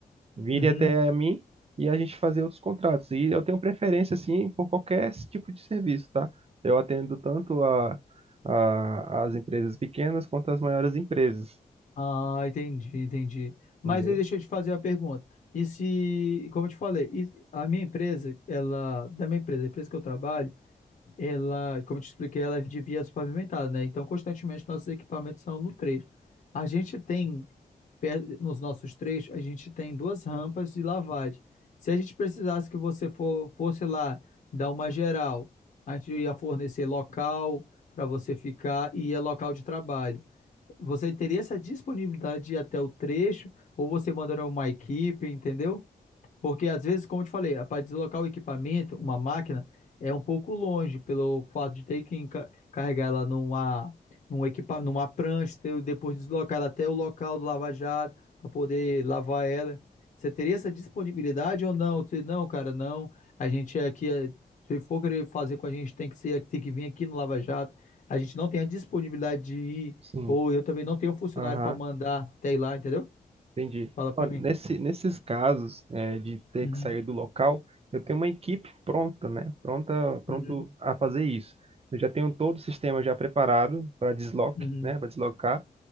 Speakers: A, on the right (about 40°); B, on the left (about 55°).
A: Virem
B: uhum.
A: até a mim e a gente fazer outros contratos. E eu tenho preferência, assim, por qualquer tipo de serviço, tá? Eu atendo tanto a, a, as empresas pequenas quanto as maiores empresas,
B: Ah, entendi, entendi. Mas
A: entendeu?
B: aí deixa eu te fazer uma pergunta. E se, como eu te falei, e se- a minha empresa, ela, da minha empresa, a empresa que eu trabalho, Ela, como eu te expliquei, ela é de vias pavimentadas, né? Então, constantemente, nossos equipamentos são no trecho. A gente tem, per- nos nossos trechos, a gente tem duas rampas de lavagem. Se a gente precisasse que você for, fosse lá dar uma geral, a gente ia fornecer local para você ficar e é local de trabalho. Você teria essa disponibilidade de ir até o trecho ou você mandaria uma equipe, entendeu? Porque às vezes, como eu te falei, para deslocar o equipamento, uma máquina, é um pouco longe, pelo fato de ter que enca- carregar ela numa, num equipa, numa prancha, ter- depois deslocar ela até o local do lava-jato, para poder lavar ela. Você teria essa disponibilidade ou não? Você, não, cara, não. A gente é aqui, é- se for querer fazer com a gente, tem que ser, tem que vir aqui no lava-jato. A gente não tem a disponibilidade de ir,
A: Sim.
B: ou eu também não tenho funcionário
A: Aham.
B: para mandar até ir lá, entendeu?
A: Entendi.
B: Fala para
A: Ó, nesse
B: mim.
A: nesses casos, eh, de ter
B: Uhum,
A: que sair do local, eu tenho uma equipe pronta, né, pronta pronto
B: uhum,
A: a fazer isso. Eu já tenho todo o sistema já preparado para desloque,
B: uhum.
A: né, para deslocar,